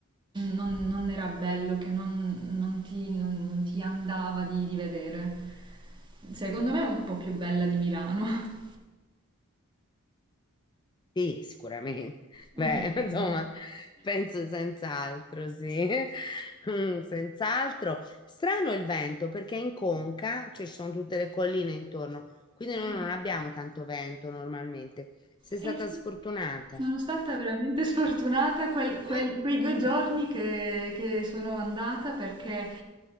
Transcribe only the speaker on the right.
non- non era bello, che non, non ti, non- non ti andava di, di vedere. Secondo me è un po' più bella di Milano.
Un
po' più
belle.
Mm.
<laughs>
Eh sì,
sono stata veramente sfortunata quel- quel-
quei due giorni che, che sono andata perché